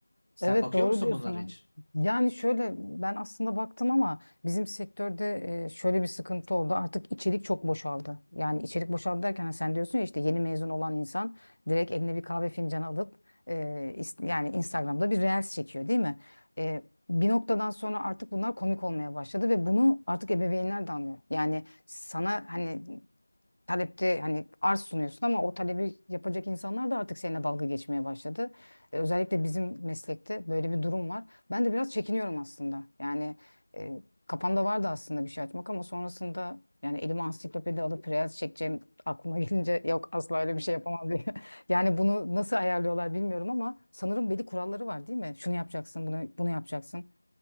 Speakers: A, on the right; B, on the left.
A: Sen
B: Evet
A: bakıyor
B: doğru
A: musun
B: diyorsun.
A: bunlara hiç?
B: Yani şöyle ben aslında baktım ama bizim sektörde e, şöyle bir sıkıntı oldu. Artık içerik çok boşaldı. Yani içerik boşaldı derken hani sen diyorsun ya işte yeni mezun olan insan direkt eline bir kahve fincanı alıp e, is- yani Instagram'da bir reels çekiyor değil mi? E, bir noktadan sonra artık bunlar komik olmaya başladı ve bunu artık ebeveynler de anlıyor. Yani sana hani talepte hani arz sunuyorsun ama o talebi yapacak insanlar da artık seninle dalga geçmeye başladı. E, özellikle bizim meslekte böyle bir durum var. Ben de biraz çekiniyorum aslında. Yani e, kafamda vardı aslında bir şey açmak ama sonrasında yani elime ansiklopedi alıp reels çekeceğim aklıma <laughs> gelince yok asla öyle bir şey yapamam diye. <laughs> Yani bunu nasıl ayarlıyorlar bilmiyorum ama sanırım belli kuralları var değil mi? Şunu yapacaksın, bunu bunu yapacaksın